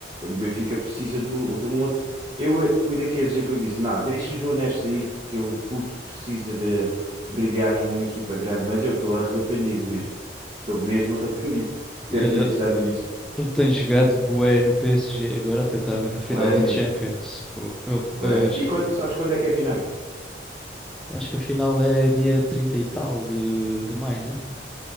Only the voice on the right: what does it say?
O Benfica precisa de um, de um outro. Eu eh, fui daqueles é que eu disse: não, deixa o João Neves sair porque o puto precisa de brilhar em uma equipa grande. Mas eu estou arrependido mesmo. Estou mesmo <laughs> arrependido de
ter
pensado nisso.
Bué
mesmo.
Bué.
E quando- sabes quando é que é a final?